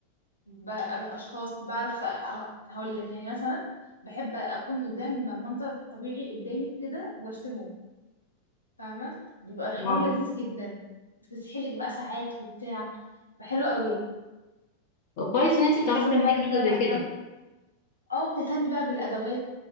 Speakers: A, on the left; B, on the left.
A: بقى- اشخاص بعرف أ- هقول لك يعني مثلا بحب اكون قدام منظر طبيعي قدامي كده وارسمه فاهمه بيبقى الحوار
B: اه
A: لذيذ جدا بتسحلك بقى ساعات وبتاع بيبقى حلو قوي
B: كويس ان انت بتعرفي
A: خصوصا
B: تعملي
A: بقى ان
B: حاجه
A: انا بهتم
B: زي كده
A: او بتهتمي بقى بالادوات